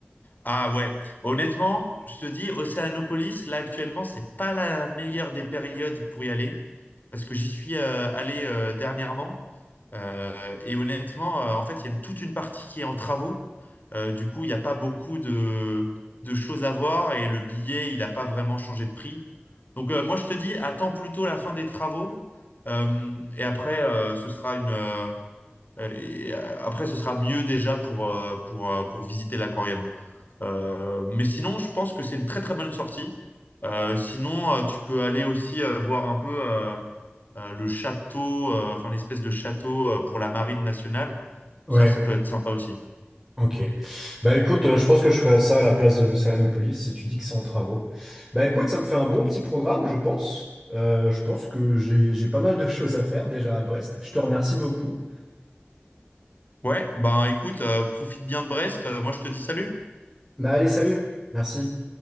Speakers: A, on the left (about 50°); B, in the centre.
A: Ah ouais, honnêtement, je te dis, Océanopolis, là actuellement, c'est pas la meilleure des périodes pour y aller parce que j'y suis euh, allé euh, dernièrement. Euh, et honnêtement, euh, en fait, il y a une- toute une partie qui est en travaux. Euh, du coup, il n'y a pas beaucoup de, de choses à voir et le billet, il n'a pas vraiment changé de prix. Donc, euh, moi, je te dis, attends plutôt la fin des travaux. Euh, et après, euh, ce sera une, euh, Euh, et, euh, après, ce sera mieux déjà pour, euh, pour, euh, pour visiter l'aquarium. Euh, mais sinon, je pense que c'est une très très bonne sortie. Euh, sinon, euh, tu peux aller aussi euh, voir un peu euh, euh, le château, euh, enfin l'espèce de château euh, pour la marine nationale.
B: Ouais,
A: Ça, ça peut être sympa aussi.
B: Ok. Bah écoute, euh, je pense que je ferais ça à la place de l'Océanopolis si tu dis que c'est en travaux. Bah écoute, ça me fait un bon petit programme, je pense. Euh, je pense que j'ai j'ai pas mal de <laughs> choses à faire déjà à Brest. Je te remercie beaucoup.
A: Ouais, ben écoute, euh, profite bien de Brest. Euh, moi, je te dis salut.
B: Bah allez, salut. Merci.